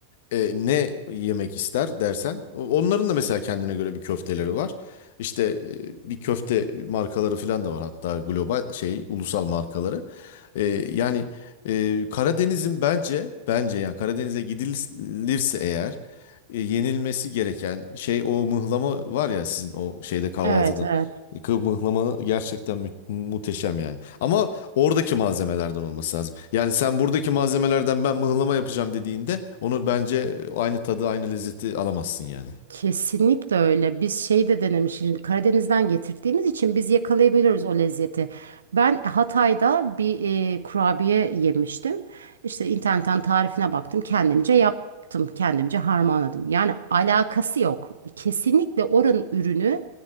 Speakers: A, on the left (about 50°); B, on the right (about 70°).
A: e, ne yemek ister dersen onların da mesela kendine göre bir köfteleri var. İşte e, bir köfte markaları falan da var hatta global şey ulusal markaları. E, yani e, Karadeniz'in bence bence yani Karadeniz'e gidilirse eğer e, yenilmesi gereken şey o mıhlama var ya sizin o şeyde kahvaltıda.
B: evet, evet.
A: E, Kı- Mıhlama gerçekten mü- muhteşem yani. Ama Oradaki malzemelerden olması lazım. Yani sen buradaki malzemelerden ben mıhlama yapacağım dediğinde onu bence aynı tadı, aynı lezzeti alamazsın yani.
B: Kesinlikle öyle. Biz şey de denemişiz. Şimdi Karadeniz'den getirdiğimiz için biz yakalayabiliyoruz o lezzeti. Ben Hatay'da bir e, kurabiye yemiştim. İşte internetten tarifine baktım. Kendimce yaptım. Kendimce harmanladım. Yani alakası yok. Kesinlikle oranın ürünü